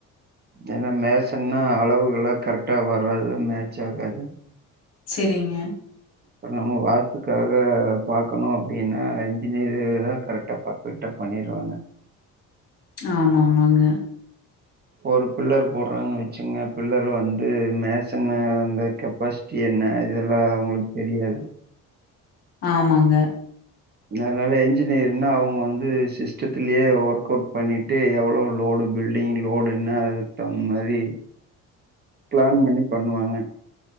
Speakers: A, on the right; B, on the left.
A: ஏனா மேசன்னா அளவுகள்லா கரெக்டா வராது மேட்ச் ஆகாது
B: செரிங்க
A: அப்றோ நம்ம வாஸ்த்துக்காக பாக்கணு அப்டின்னா இன்ஜினியரு தா கரெக்டா பாக்க விட்டா பண்ணிருவாங்க
B: ஆமா ஆமாங்க
A: ஒரு பில்லர் போட்றாங்கன் வெச்சுங்க பில்லர் வந்து மேசன அந்த கெப்பாசிட்டி என்ன இதெல்லா அவ்ங்களுக்கு தெரியாது
B: ஆமாங்க
A: என்ன அதனால என்ஜினியர்னா அவ்ங்க வந்து சிஸ்டத்துலே ஒர்க் அவுட் பண்ணிட்டு எவ்வளவு லோடு பில்டிங்கு லோடு என்ன அதுக்கு தகுந்த மாரி பிளான் பண்ணி பண்ணுவாங்க